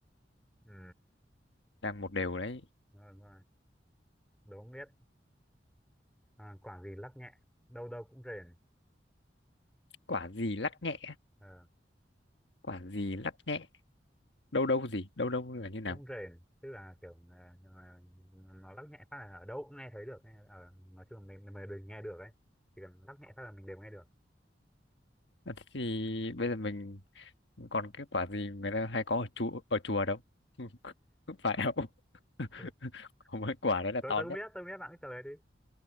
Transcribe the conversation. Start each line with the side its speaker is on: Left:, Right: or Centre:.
Centre: Ừ,
Left: đang một đều đấy
Centre: đúng rồi, đúng rồi. Đố không biết. À, quả gì lắc nhẹ, đâu đâu cũng rền.
Left: quả gì lắc nhẹ
Centre: Ờ,
Left: quả gì lắc nhẹ đâu đâu gì đâu đâu là như nào
Centre: cũng rền, tức là kiểu à, nhưng mà nó lắc nhẹ phát là ở đâu cũng nghe thấy được. Nghe, ờ, nói chung là mình, mình đều nghe được ấy. Chỉ cần lắc nhẹ phát là mình đều nghe được.
Left: à, thế thì bây giờ mình còn cái quả gì người ta hay có ở chùa ở chùa đâu <laughs> phải không <laughs>
Centre: <laughs>
Left: có mỗi quả đấy là
Centre: Tôi,
Left: to
Centre: tôi không
Left: nhất
Centre: biết, tôi không biết bạn cứ trả lời đi.